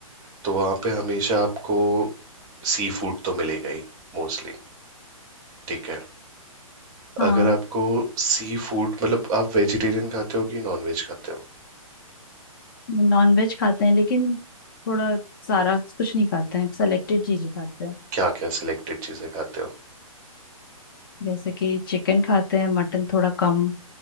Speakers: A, on the right (about 20°); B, on the left (about 35°).
A: तो वहां पे हमेशा आपको सी फूड तो मिलेगा ही मोस्टली ठीक है
B: हाँ
A: अगर आपको सी फूड मतलब आप वेजिटेरियन खाते हो कि नॉन वेज खाते हो
B: नॉन वेज खाते हैं लेकिन थोड़ा सारा कुछ नहीं खाते हैं सेलेक्टेड चीजें खाते हैं
A: क्या क्या सिलेक्टेड चीजें खाते हो
B: जैसे कि चिकन खाते हैं मटन थोड़ा कम